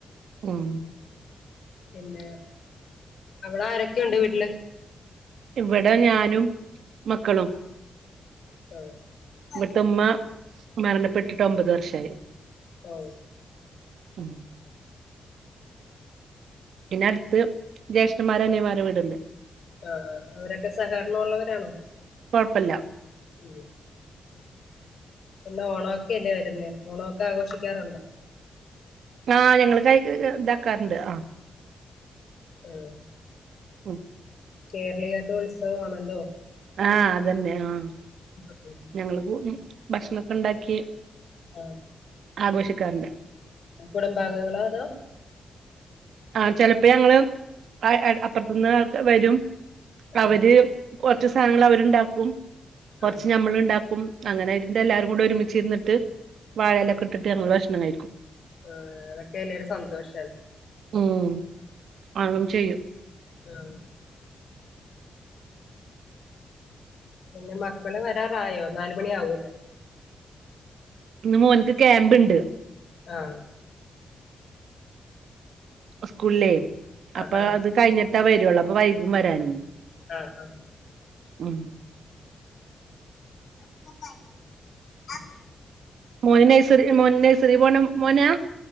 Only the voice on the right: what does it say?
ഉം.
ഇവടെ ഞാനും മക്കളും.
ഇവ്ടുത്തെമ്മ മരണപ്പെട്ടിട്ട് ഒമ്പത് വർഷായി.
ഉം. പിന്നെ അട്ത്ത് ജ്യേഷ്ഠന്മാരേ അനിയൻ മാരെ വീട്ണ്ട്.
കൊഴ്പ്പല്ല.
ആഹ്‌ ഞങ്ങള് കൈ ഇതാക്കാറുണ്ട് ആഹ്‌.
ഉം.
ആഹ്‌ അതന്നെ ആഹ്‌.
ഞങ്ങള്പ്പോ, ഭക്ഷണൊക്കെ ഉണ്ടാക്കി
ആഘോഷിക്കാറില്ലാ.
ആ ചെലപ്പോ ഞങ്ങള് അ അ അപ്പർത്ത്ന്ന് ക്കെ വരും
അവര് കൊർച്ച് സാനങ്ങള് അവര്ണ്ടാക്കും, കൊർച്ച്
ഞമ്മള് ണ്ടാക്കും. അങ്ങനൊയിട്ട് എല്ലാരും കൂടെ ഒരുമിച്ചിരുന്നിട്ട് വാഴലക്കെ ഇട്ടിട്ട് ഞങ്ങള് ഭക്ഷണം കഴിക്കും.
ഉം <unintelligible> ചെയ്യും
ഇന്ന് മോൻക്ക് ക്യാമ്പ് ഇണ്ട്.
സ്കൂളിലേ
അപ്പൊ
അത് കഴിഞ്ഞിട്ടേ വരുള്ളൂ അപ്പൊ വൈകും വരാനും.
ഉം
മോന് നെഴ്സറി മോന് നെഴ്സറി പോണ മോനാ?